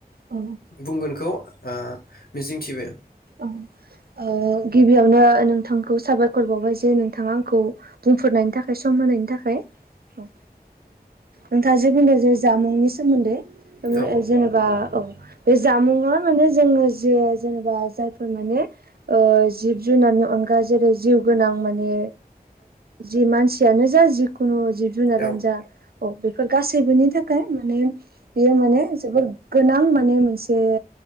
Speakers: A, on the right (about 75°); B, on the left (about 75°).
A: औ
B: बुंगोनखौ मिजिंथिबाय।
A: औ ओ गिबियावनो नोंथांखौ साबायखर बावबाय जे नोंथाङा आंखौ बुंफोरनायनि थाखाय सम होनायनि थाखाय। ओ नोंथाङा जे बुंदों जे जामुंनि। सोमोन्दै।
B: औ
A: जेनेबा औ। बे जामुंआ माने जोङो जे जेनेबा जायफोर माने। ओ जिब जुनारनि अनगा जेरै जिउ गोनां माने जि मानसियानो जा जिखुनु। जिब जुनारानो
B: औ
A: जा औ बेफोर गासैबोनि थाखाय माने बेयो माने जोबोद गोनां माने मोनसे